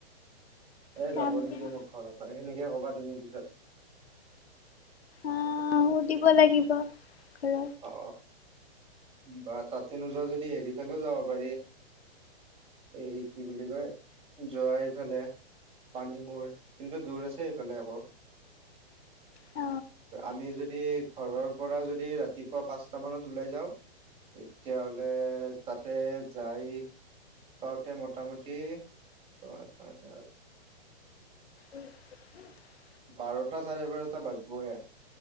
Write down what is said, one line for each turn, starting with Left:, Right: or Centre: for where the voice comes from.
Right: <unintelligible> এ যাব
Left: যাম
Right: নিদিয়ে
Left: দিয়া
Right: মোক ঘৰৰ পৰা সেনেকে ক'বা তুমি পিছত
Left: অ সুধিব লাগিব হেল্ল
Right: অ বা তাতে নোযোৱা যদি হেৰি ফালেও যাব পাৰি, এই কি বুলি কয় জয়ৰা ফালে, পানী মৰ কিন্তু দূৰ আছে সেইফালে। আকৌ
Left: অ
Right: আমি যদি ঘৰৰ পৰা যদি ৰাতিপুৱা পাঁচটা মানত ওলাই যাওঁ তেতিয়াাহ'লে তাতে যাই পাওঁতে মোটামুটি ছয় সাত আ
Left: <inaudible>
Right: বাৰটা চাৰে বাৰটা বাজবেই